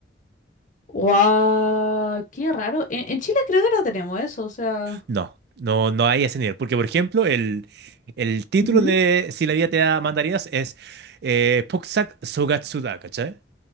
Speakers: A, on the left; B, on the right.
A: Guau, qué raro. En, en Chile creo que no tenemos eso, o sea.
B: No, no, no hay ese nivel. Porque, por ejemplo, el, el título
A: ujú,
B: de Si la vida te da mandarinas es eh, Poksak Sogatsuda, ¿cachai?